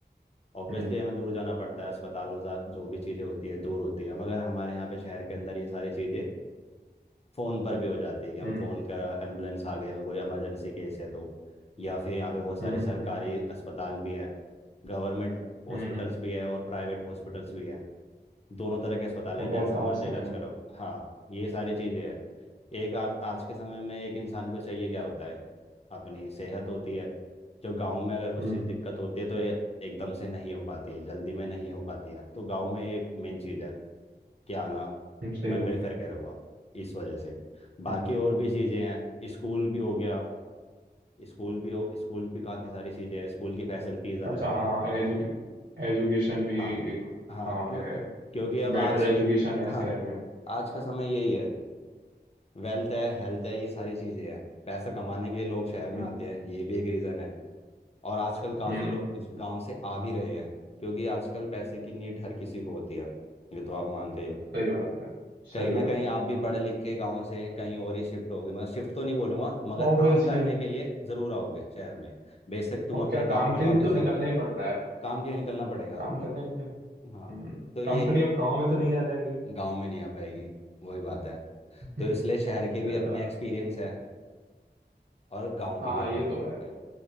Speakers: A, on the left; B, on the right.
A: ऑब्वियसली
B: हम्म
A: हमें दूर जाना पड़ता है अस्पताल वजा- जो भी चीज़ें होती है दूर होती है मगर हमारे यहाँ पे शहर के अंदर ये सारी चीज़ें फोन पर भी हो जाती है कि हम
B: हम्म
A: फोन करा एम्बुलेंस आ गई अगर कोई इमरजेंसी केस है तो या फिर यहाँ पे बहुत सारे
B: हम्म हम्म
A: सरकारी
B: हम्म,
A: अस्पताल भी हैं गवर्नमेंट हॉस्पिटल्स
B: हम्म,
A: भी है और प्राइवेट हॉस्पिटल्स भी है दोनों तरह के अस्पताल
B: और
A: है
B: बहुत
A: जैसा
B: पास
A: मर्जी
B: में
A: इलाज
B: है
A: करो हाँ ये सारी चीज़ें हैं एक आज आज के समय में एक इंसान को चाहिए क्या होता है अपनी सेहत होती है जो गांव में अगर कुछ
B: हम्म
A: चीज़ दिक्कत होती है तो ये एकदम से नहीं हो पाती है जल्दी में नहीं हो पाती है तो गांव में ये मेन चीज़ है क्या ना
B: हम्म, सही
A: मैं
B: बात
A: प्रेफर
B: है
A: करूँगा इस वजह से बाकी
B: हम्म
A: और भी चीज़ें हैं स्कूल भी हो गया स्कूल भी हो स्कूल भी काफ़ी सारी चीज़ें हैं स्कूल की फैसिलिटीज़ अलग
B: अच्छा
A: हैं
B: हाँ एजुके एजुकेशन भी
A: हाँ
B: एक
A: हाँ
B: हाँ
A: क्यों
B: है
A: क्योंकि अब
B: बेटर
A: आज
B: एजुकेशन है
A: हाँ
B: शहर में
A: आज का समय यही है वेल्थ है हेल्थ है ये सारी चीज़ें हैं पैसा कमाने के लिए लोग शहर में
B: हम्म
A: आते हैं ये भी एक रीज़न है और आजकल काफ़ी
B: हम्म
A: लोग गांव से आ भी रहे हैं क्योंकि आजकल पैसे की नीड हर किसी को होती है ये तो आप मानते ही हो
B: सही बात है
A: कहीं
B: सही
A: ना
B: बात
A: कहीं
B: है
A: आप भी पढ़ लिख के गांव से कहीं और ही शिफ्ट होगे मतलब शिफ्ट तो नहीं बोलूंगा मगर
B: ऑब्वियसली
A: काम करने के लिए जरूर आओगे शहर में बेशक तुम
B: और
A: अपने
B: क्या
A: गांव
B: काम के
A: में वापस
B: लिए तो निकलना
A: जाओ
B: ही पड़ता है
A: काम के लिए निकलना पड़ेगा
B: काम करने के लिए
A: हाँ
B: हम्म
A: तो यही
B: कंपनी अब गाँव में तो नहीं आ जाएगी
A: गांव में नहीं आ पाएगी वही बात है
B: हम्म,
A: तो इसलिए शहर के भी
B: सही
A: अपने
B: बात
A: एक्सपीरियंस है और गांव
B: हाँ
A: के भी एक्सपीरियंस
B: ये तो है
A: है